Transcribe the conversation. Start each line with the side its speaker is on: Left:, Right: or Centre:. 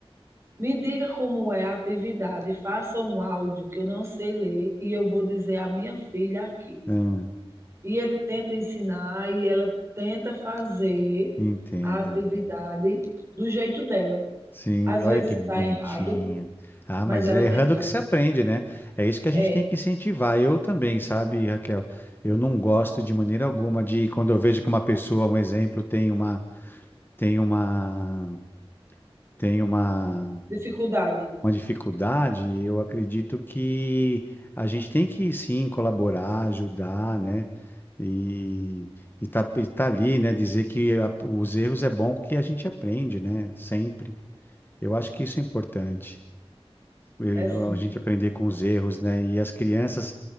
Right: me diga como é a atividade, faça um áudio que eu não sei ler e eu vou dizer à minha filha aqui.
Left: Ah,
Right: E ele tenta ensinar e ela tenta fazer
Left: entendo.
Right: a atividade do jeito dela.
Left: Sim,
Right: Às
Left: olha
Right: vezes
Left: que
Right: está
Left: bonitinho.
Right: errado,
Left: Ah,
Right: mas
Left: mas
Right: ela
Left: é
Right: tentou.
Left: errando que se aprende, né? É isso que a gente
Right: É,
Left: tem que incentivar. Eu também, sabe, Raquel? Eu não gosto de maneira alguma de quando eu vejo que uma pessoa, um exemplo, tem uma, tem uma, tem uma
Right: dificuldade.
Left: uma dificuldade, eu acredito que a gente tem que sim colaborar, ajudar, né? E, e, tá, e tá ali, né? Dizer que a- os erros é bom que a gente aprende, né? Sempre. Eu acho que isso é importante. eu-
Right: É sim.
Left: A gente aprender com os erros, né? E as crianças,